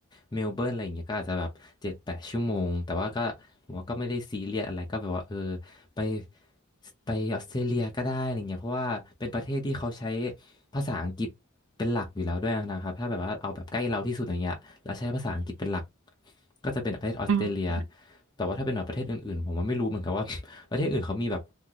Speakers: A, on the left (about 20°); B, on the right (about 70°).
A: เมลเบิร์นอะไรอย่างเงี้ยก็อาจจะแบบเจ็ดแปดชั่วโมงแต่ว่าก็ผมว่าก็ไม่ได้ซีเรียสอะไรก็แบบว่าเออ ไปไปออสเตรเลียก็ได้อะไรเงี้ยเพราะว่าเป็นประเทศที่เขาใช้ภาษาอังกฤษเป็นหลักอยู่แล้วด้วยนะครับถ้าแบบว่าเอาแบบใกล้เราที่สุดอย่างเงี้ยแล้วใช้ภาษาอังกฤษเป็นหลักก็จะเป็นประเทศออสเตรเลีย
B: อืม
A: แต่ว่าถ้าเป็นแบบประเทศอื่นๆผมว่าไม่รู้เหมือนกันว่า <laughs> ประเทศอื่นเขามีแบบ